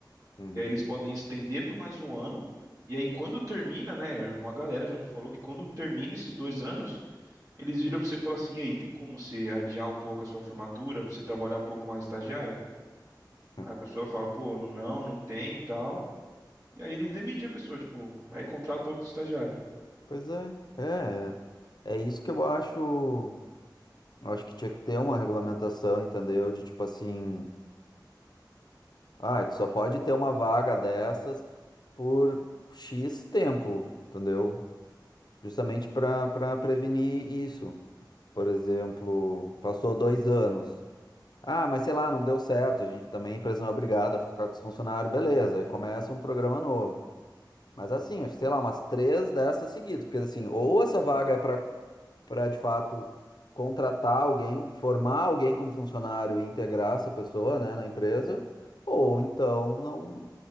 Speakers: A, on the left; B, on the right.
A: Uhum.
B: e aí eles podem estender por mais um ano. E aí, quando termina, né? Uma galera já me falou que quando termina esses dois anos, eles viram pra você e falam assim: e aí, tem como você adiar um pouco a sua formatura, pra você trabalhar um pouco mais estagiário?
A: <laughs>
B: Aí a pessoa fala: pô, não, não tem e tal. E aí eles demitem a pessoa, tipo, aí contrata outro estagiário.
A: Pois é, é, é é isso que eu acho, eu acho que tinha que ter uma regulamentação, entendeu? De tipo assim, ah, tu só pode ter uma vaga dessas por X tempo, entendeu? Justamente para para prevenir isso. Por exemplo, passou dois anos. Ah, mas sei lá, não deu certo. A gente também, a empresa não é obrigada a ficar com os funcionários, beleza. Aí começa um programa novo. Mas assim, acho que sei lá, umas três dessas seguidas. Porque assim, ou essa vaga é para para de fato contratar alguém, formar alguém como funcionário e integrar essa pessoa, né, na empresa, ou então não,